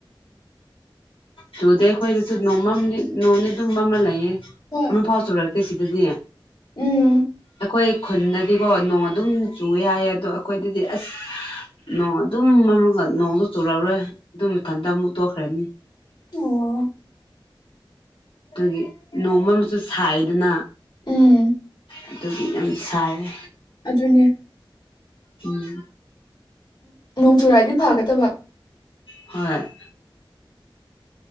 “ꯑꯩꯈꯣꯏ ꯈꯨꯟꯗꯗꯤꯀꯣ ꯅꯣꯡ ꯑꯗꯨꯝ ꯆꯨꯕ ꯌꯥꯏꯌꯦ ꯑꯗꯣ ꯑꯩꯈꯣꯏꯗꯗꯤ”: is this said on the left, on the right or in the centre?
Left